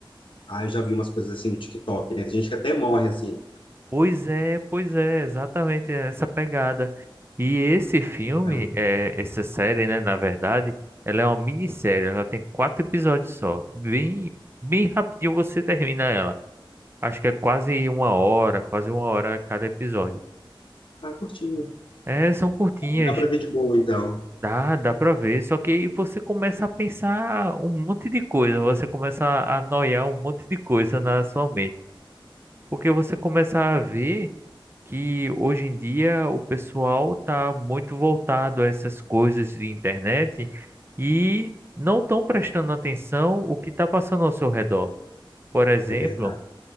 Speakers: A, on the left; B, on the right.
A: Ah, eu já vi umas coisas assim no TikTok, né? Tem gente que até morre assim.
B: Pois é, pois é, exatamente essa pegada. E esse filme,
A: Não.
B: eh, essa série, né, na verdade, ela é uma minissérie, ela tem quatro episódios só, bem bem rapidinho você termina ela. Acho que é quase uma hora, quase uma hora cada episódio.
A: Ah, curtinho.
B: É, são curtinhas,
A: Dá pra ver de boa, então.
B: dá, dá pra ver, só que aí você começa a pensar um monte de coisa, você começa a noiar um monte de coisa na sua mente, porque você começa a ver que hoje em dia o pessoal tá muito voltado a essas coisas de internet e não estão prestando atenção o que está passando ao seu redor. Por exemplo,
A: É verdade.